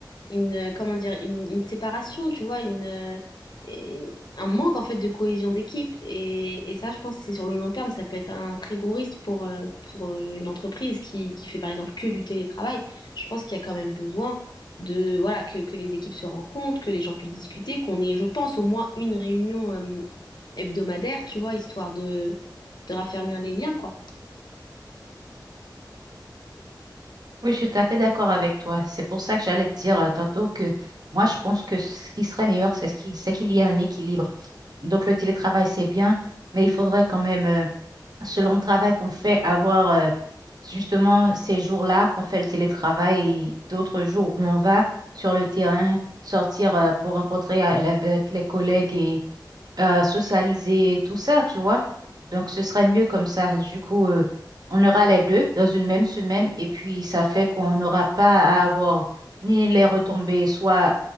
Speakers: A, on the left; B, on the right.
A: une, euh, comment dire, une, une séparation, tu vois, une, euh, et- un manque en fait de cohésion d'équipe. Et, et ça, je pense que c'est sur le long terme, ça peut être un très gros risque pour, euh, pour euh, une entreprise qui, qui fait par exemple que du télétravail. Je pense qu'il y a quand même besoin de, voilà, que, que les équipes se rencontrent, que les gens puissent discuter, qu'on ait, je pense, au moins une réunion, euh, hebdomadaire, tu vois, histoire de, de raffermir les liens, quoi.
B: Oui, je suis tout à fait d'accord avec toi. C'est pour ça que j'allais te dire euh, tantôt que moi, je pense que ce qui serait meilleur, c'est ce qui- c'est qu'il y ait un équilibre. Donc, le télétravail, c'est bien, mais il faudrait quand même, euh, selon le travail qu'on fait, avoir euh, justement ces jours-là qu'on fait le télétravail et d'autres jours où on va sur le terrain, sortir euh, pour rencontrer avec les collègues euh, socialiser, tout ça, tu vois. Donc, ce serait mieux comme ça. Du coup, euh, on aura les deux dans une même semaine et puis ça fait qu'on n'aura pas à avoir ni les retombées, soit